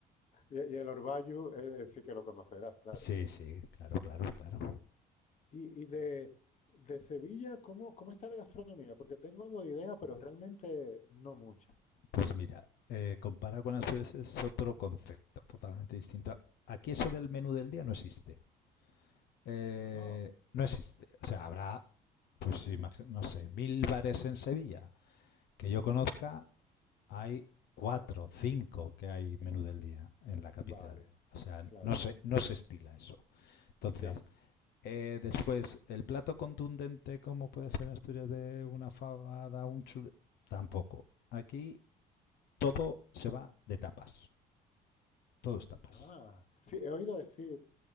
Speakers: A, on the left; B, on the left.
A: Y, y el Orbayu eh, sí que lo conocerás, claro.
B: sí, sí, claro, claro, claro.
A: Y, y de, de Sevilla, ¿cómo, cómo está la gastronomía? Porque tengo algo de idea, pero realmente no mucha.
B: Pues mira, eh, comparado con Asturias es otro concepto totalmente distinto. Aquí eso del menú del día no existe. eh,
A: Ah,
B: no existe. O sea, habrá, pues imagi- no sé, mil bares en Sevilla. Que yo conozca, hay cuatro, cinco que hay menú del día en la capital.
A: vale,
B: O sea,
A: claro,
B: no se, no se estila eso. Entonces,
A: ya.
B: eh, después, el plato contundente, como puede ser en Asturias de una fabada, un chule Tampoco. Aquí todo se va de tapas. Todo
A: Mm,
B: es tapas.
A: Ah, sí, he oído decir